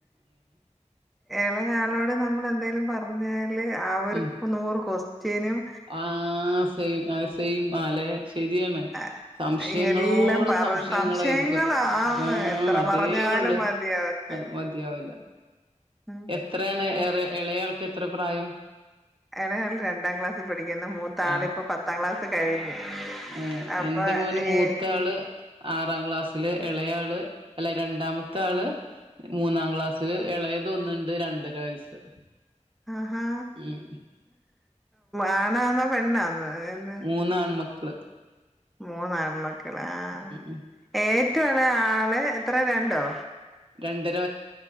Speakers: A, in the centre; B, on the right.
A: എളയ ആളോട് നമ്മള് എന്തേലും പറഞ്ഞാൽ. ല് അവർക്ക്
B: ഉം
A: നൂറ് ക്വൊസ്റ്റ്യനും
B: ആഹ് സെയ് ആഹ് സെയിമാലേ ശരിയാണ്
A: ആ
B: സംശയങ്ങളോട്
A: എല്ലാം പറ
B: സംശയങ്ങളായിരിക്കും
A: സംശയങ്ങളാന്ന്
B: ആഹ്
A: എത്ര
B: അതേ
A: പറഞ്ഞാലും
B: ഉള്ളു
A: മതിയാവത്തില്ല.
B: മതിയാവില്ല
A: ഉം
B: എത്രയാണ് ഏറെ എളയാൾക്ക് എത്രെ പ്രായം
A: എളയാൾ രണ്ടാം ക്ലാസ്സി പഠിക്കുന്നു മൂത്ത
B: ആഹ്
A: ആള് ഇപ്പൊ പത്താം ക്ലാസ് കഴിഞ്ഞ്
B: ഏഹ്
A: അപ്പൊ
B: എന്റെ മോന് മൂത്ത
A: ഏ
B: ആള് ആറാം ക്ലാസ്സില് എളയ ആള് അല്ല രണ്ടാമത്ത ആള് മൂന്നാം ക്ലാസ്സില് എളയത് ഒന്നുണ്ട് രണ്ടര വയസ്സ്
A: ആഹ്
B: ഉം
A: ആണാന്നൊ പെണ്ണാന്നൊ <unintelligible>
B: മൂന്നാൺ മക്കള്
A: മൂന്ന് ആൺമക്കള് ആഹ്
B: ഉം
A: ഏറ്റവു എളയ ആളെ അത്ര രണ്ടൊ
B: രണ്ടര